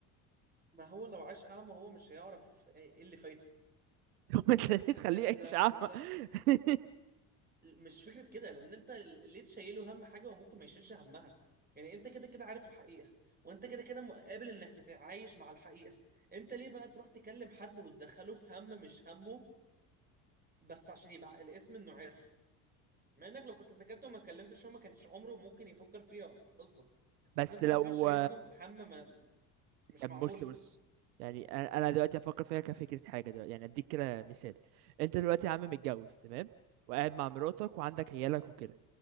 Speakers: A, on the right; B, on the right.
A: ما هو لو عاش اعمى هو مش هيعرف ايه إيه اللي فايته
B: <laughs> هو انت ليه تخليه
A: انت انت
B: عايش
A: انت
B: اعمى <laughs>
A: مش فكرة كده لان انت ليه تشيله هم حاجة وممكن ما يشيلش همها يعني انت كده كده عارف الحقيقة وانت كده كده مقابل انك تتعايش مع الحقيقة انت ليه بقى تروح تكلم حد وتدخله في هم مش همه بس عشان يبقى الاسم انه عرف مع انك لو كنت سكت وما كلمتش هو ما كانش عمره ممكن يفكر فيها اصلا بس
B: بس
A: انت
B: لو
A: حرفيا شايلته هم ما مش
B: طب
A: معمول
B: بص
A: له
B: بص يعني انا أنا دلوقتي افكر فيها كفكره حاجه دلوقتي يعني اديك كده مثال انت دلوقتي يا عم متجوز تمام وقاعد مع مراتك وعندك عيالك وكده